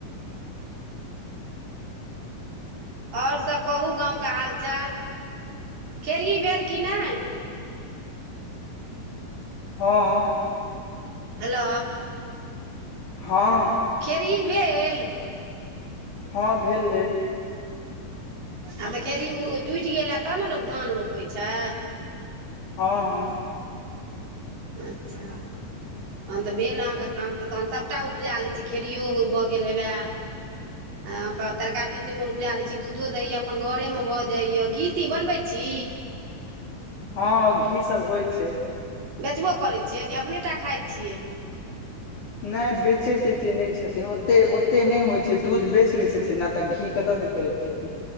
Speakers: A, on the right; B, on the left.
A: आओर सब कहू गामके हाल चाल खेरही भेल कि नहि
B: हँ
A: हेलो
B: हँ
A: खेरही भेल
B: हँ भेलय
A: आ देखऽ खेरही ओ टूटि गेल हायत तहन ने लोको धान रोपै छै
B: हँ हँ
A: अच्छा तखन तऽ भेल अहाँके क तऽ तखन सभटा उपजा लैत छी खेड़ियो भऽ गेल हेवए ह अहाँके तरकारियो तीमन उपजा लै छी दूधो दैए अपन घरेमे भऽ जाइए घीतीी बनबै छी
B: हँ घी सब होइ छै
A: बेचबो करै छियै कि अपने टा खाइत छियै
B: नहि बेचे तेचे नहि छथिन ओते ओते नहि होइ छै दूध बेच लैत छथिन नहि तऽ घी कतऽ कर त त <unintelligible>